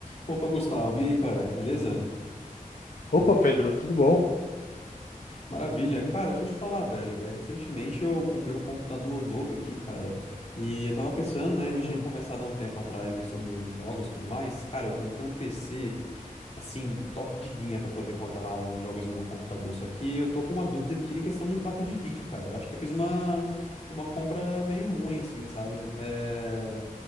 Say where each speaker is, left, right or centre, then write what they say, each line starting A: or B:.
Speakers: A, on the left; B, on the left.
A: Opa, Gustavo, e aí, cara, beleza?
B: Opa, Pedro, tudo bom?
A: Maravilha. Cara, deixa eu te falar, velho. é, recentemente eu comprei um computador novo aqui, cara. E eu tava pensando, né? A
B: Hum.
A: gente tinha conversado há um tempo atrás aí sobre jogos e tudo mais. Cara, eu comprei um PC, assim, top de linha pra poder rodar os jogos no meu computador. Só que eu tô com uma dúvida aqui em questão de placa de vídeo, cara. Eu acho que eu fiz uma, uma compra meio ruim, assim, sabe? É,